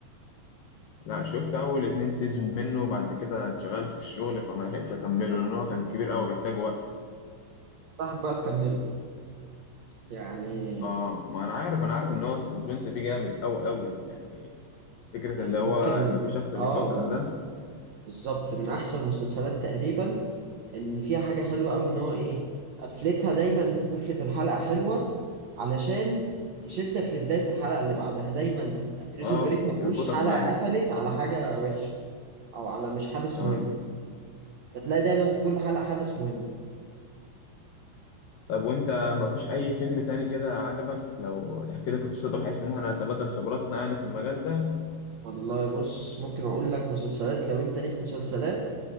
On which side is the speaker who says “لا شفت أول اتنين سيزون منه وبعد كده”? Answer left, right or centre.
Left